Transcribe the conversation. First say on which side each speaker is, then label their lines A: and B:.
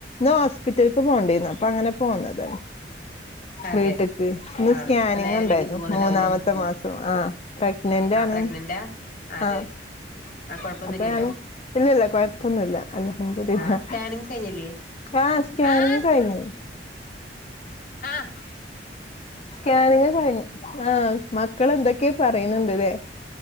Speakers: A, on the left; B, on the left.
A: ഹോസ്പിറ്റൽക്ക് പോകണ്ടിന്ന അപ്പൊ അങ്ങനെ പോന്നത
B: അതെ
A: വീട്ട്ക്ക് ഇന്ന്
B: ആഹ്
A: സ്കാനിങ്
B: അപ്പൊ നേരെ
A: ഉണ്ടായിരുന്നു
B: വീട്ടിക്ക് പോകുന്നുണ്ടാവൂലേ
A: മൂന്നാമത്തെ മാസം ആ പ്രഗ്നന്റ്
B: ആ
A: ആണ്
B: പ്രഗ്നന്റാ അതെ
A: ആഹ്
B: ആ കൊഴപ്പൊന്നുംല്ലല്ലോ
A: അപ്പൊ ഞാന് ഇല്ല ഇല്ല കുഴപ്പൊന്നുംല്ല അൽഹംദുലില്ലാഹ്
B: ആഹ് സ്കാനിങ് കഴിഞ്ഞില്ലേ
A: ആ സ്കാനിംഗ്
B: ആഹ്
A: കഴിഞ്ഞു
B: ആഹ്
A: സ്കാനിങ് കഴിഞ്ഞു ആ മക്കള് എന്തൊക്കെയ പറയുന്നുണ്ടല്ലേ